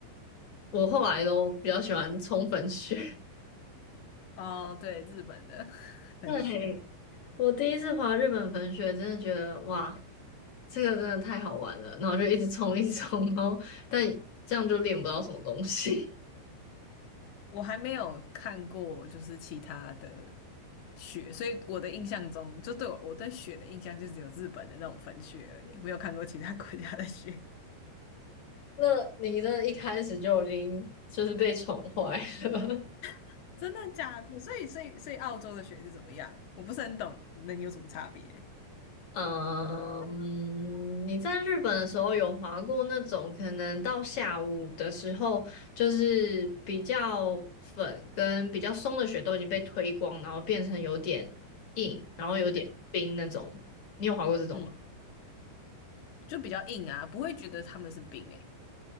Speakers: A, on the left; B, on the left.
A: 我后来都比较喜欢冲粉雪。
B: 哦，对，日本的 <laughs>，
A: <laughs>
B: 粉雪。
A: 对，我第一次滑日本粉雪，真的觉得哇，这个真的太好玩了，然后就一直冲，一直冲，然后但这样就练不到什么东西。
B: 我还没有看过，就是其他的雪，所以我的印象中，就对我我对雪的印象就只有日本的那种粉雪而已，没有看过其他国家的雪。
A: <laughs> 那你的一开始就已经就是被宠坏了。<laughs>
B: <laughs> 真的假的？所以，所以，所以澳洲的雪是怎么样？我不是很懂，能有什么差别？
A: 呃嗯，你在日本的时候有滑过那种可能到下午的时候，就是比较粉跟比较松的雪都已经被推光，然后变成有点硬，然后有点冰那种。
B: 嗯
A: 你有滑过这种吗？
B: 嗯，就比较硬啊，不会觉得他们是冰诶、